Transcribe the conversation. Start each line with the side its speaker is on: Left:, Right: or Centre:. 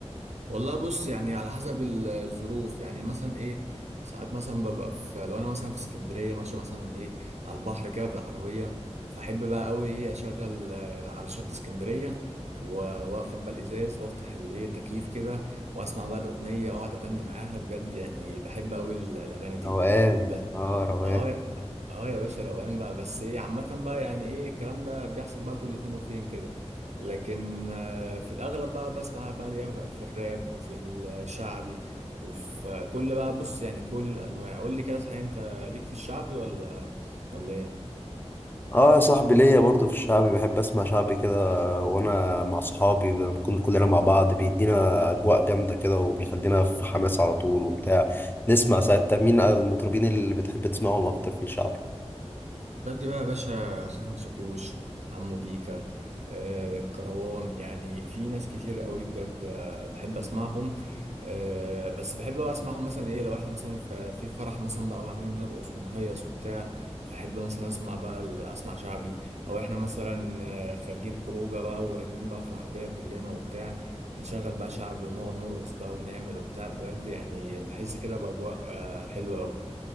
Right: والله بص يعني على حسب الظروف يعني مثلا ايه ساعات مثلا ببقى في لو انا مثلا في اسكندريه ماشي مثلا ايه على البحر كده بالعربيه فاحب بقى قوي ايه اشغل آه، على شط اسكندريه و- واقفل بقى الازاز وافتح الايه التكييف كده واسمع بقى الاغنيه واقعد اغني معاها بجد يعني بحب قوي الاغاني دي
Left: روقان
Right: بس
Left: اه روقان
Right: اه اه يا باشا روقان بقى بس ايه عامة بقى يعني ايه الكلام ده بيحصل بقى كل فين وفين كده لكن آه، في الأغلب بقى بسمع بقى ليها بقى في الراب وفي الشعبي وفي كل بقى بص يعني كل الأنواع قول لي كده صحيح أنت ليك في الشعبي ولا ولا ايه؟
Left: اه صاحبي ليا برضه في الشعبي بحب اسمع شعبي كده وانا مع صحابي بنكون كلنا مع بعض بيدينا اجواء جامده كده وبيخلينا في حماس على طول وبتاع نسمع ساعات طب مين المطربين اللي بتحب تسمعهم اكتر في الشعب
Right: بدي بقى يا باشا حسن شاكوش عمو بيكا آه كروان يعني في ناس كتير قوي بجد آه بحب اسمعهم آه بس بحب بقى اسمعهم مثلا ايه لو احنا مثلا ف- في فرح مثلا بقى وعاملين نرقص ونهيص وبتاع فحب مثلا اسمع بقى ال- اسمع شعبي او احنا مثلا آه خارجين خروجه بقى وراكبين بقى في العربيه كلنا وبتاع نشغل بقى شعبي ونقعد نرقص بقى ونعمل وبتاع بجد يعني بحس كده باجواء آه حلوه قوي